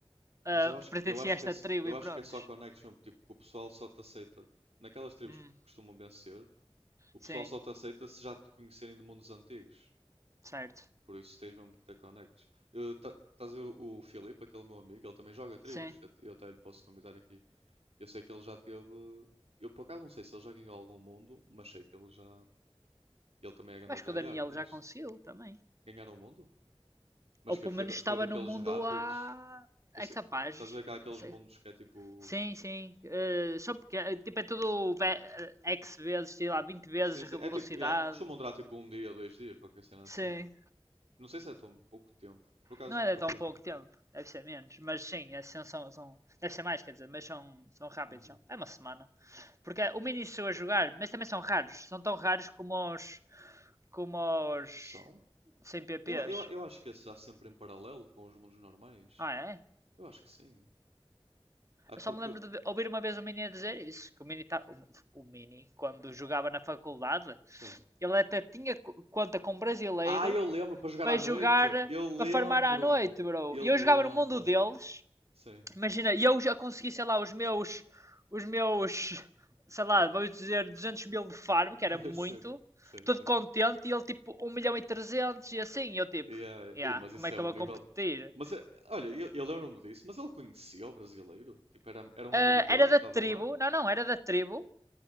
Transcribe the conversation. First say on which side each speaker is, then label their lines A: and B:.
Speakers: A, on the right (about 75°); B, on the right (about 30°).
A: Mas
B: ah,
A: eu acho,
B: pertence
A: eu acho
B: a
A: que
B: esta
A: é, s-
B: tribo
A: eu
B: e
A: acho
B: pronto
A: que é só connection, tipo, que o pessoal só te aceita. Naquelas tribos
B: Hum,
A: que costumam vencer, o pessoal
B: sim,
A: só te aceita se já te conhecerem de mundos antigos.
B: certo.
A: Por isso tens mesmo que ter connects. Eu- tá- Estás a ver o, o Filipe, aquele meu amigo, ele também joga tribos.
B: Sim.
A: Eu, eu até lhe posso convidar aqui. Eu sei que ele já teve. Eu por acaso não sei se ele já ganhou algum mundo, mas sei que ele já. Ele também é grande
B: Acho
A: a tryhard
B: que o Daniel
A: nisto.
B: já conseguiu também.
A: Ganhar um mundo? Mas
B: Ou
A: que
B: pelo
A: foi,
B: menos
A: da-
B: estava
A: foi daqueles
B: no mundo
A: rápidos.
B: há.
A: Eu
B: É
A: sei-
B: capaz.
A: estás a ver que aqueles
B: Sei.
A: mundos que é tipo.
B: Sim, sim. eh, são pequenos. Tipo, é tudo ve- eh, X vezes, sei lá, 20 vezes
A: Sim,
B: a
A: sim.
B: velocidade.
A: É tipo. Yeah, costumam durar tipo um dia, dois dias, qualquer cena assim.
B: Sim.
A: Não sei se é tão pouco tempo. Por acaso
B: Não é
A: nunca
B: de tão
A: fui.
B: pouco tempo, deve ser menos, mas sim, assim são, são deve ser mais, quer dizer, mas são, são rápidos,
A: Uhum.
B: são. É uma semana. Porque o Mini chegou a jogar, mas também são raros, são tão raros como os. como os.
A: São?
B: sem PPs.
A: Eu, eu, eu acho que esse está sempre em paralelo com os mundos normais.
B: Ah, é?
A: Eu acho que sim. Ah,
B: Eu só
A: porque.
B: me lembro de ouvir uma vez o Mini a dizer isso, que o Mini, tá, o, o Mini quando jogava na faculdade,
A: Sim.
B: ele até tinha conta com um brasileiro
A: Ah, eu lembro para jogar
B: para
A: à
B: jogar,
A: noite! Eu
B: para
A: lembro-me!
B: farmar à noite, bro.
A: Eu
B: E eu
A: lembro-me!
B: jogava no mundo deles,
A: Sim.
B: Imagina, e eu já consegui, sei lá, os meus, os meus, sei lá, vamos dizer 200 mil no farm,
A: <laughs>
B: que era muito,
A: Sim, sim,
B: todo
A: sim.
B: contente, e ele tipo um milhão e 300 e assim, eu tipo,
A: Yeah.
B: yeah,
A: Ei, mas isso
B: como é que
A: é um
B: eu vou
A: nível.
B: competir?
A: Mas é- olha, eu, eu lembro-me disso, mas ele conhecia o brasileiro? Tipo, era, era um
B: Ah,
A: amigo dele
B: era da
A: que estava
B: tribo,
A: lá?
B: não, não, era da tribo,